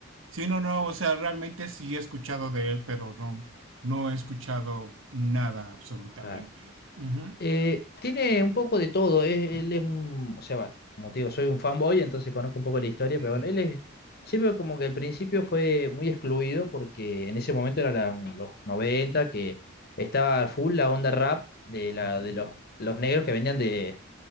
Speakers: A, on the right; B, on the left.
A: Sí, no, no, o sea, realmente sí he escuchado de él, pero no, no he escuchado nada absolutamente.
B: Claro.
A: Ujú,
B: Eh, tiene un poco de todo. es- él es un, o sea, va, como te digo, soy un fanboy, entonces conozco un poco la historia,
A: ujú,
B: pero bueno, él es, siempre como que al principio fue muy excluido porque en ese momento eran la- los 90 que estaba full la onda rap de, la,
A: ok.
B: de los, los negros que venían de,